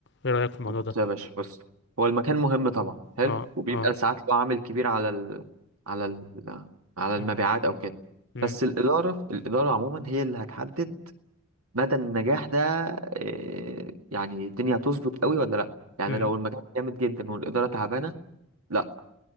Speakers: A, on the left; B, on the right.
A: إيه رأيك في الموضوع
B: بص
A: ده؟
B: يا باشا بص هو المكان مهم طبعا حلو
A: اه
B: وبيبقى
A: اه
B: ساعات له عامل كبير على ال... على ال... على المبيعات
A: أمم،
B: أو كده
A: أمم،
B: بس الإدارة الإدارة عموما هي اللي هتحدد مدى النجاح ده آه، يعني الدنيا هتظبط قوي ولا لا يعني
A: أمم،
B: لو المكان جامد جدا والإدارة تعبانة لا